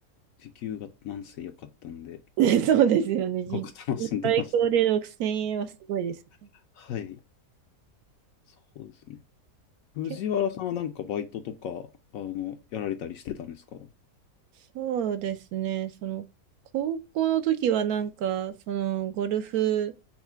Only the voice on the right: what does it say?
<laughs> そうですよね。
時給最高で6000円はすごいですね。
け、
そうですね。その、高校の時はなんか、その、ゴルフ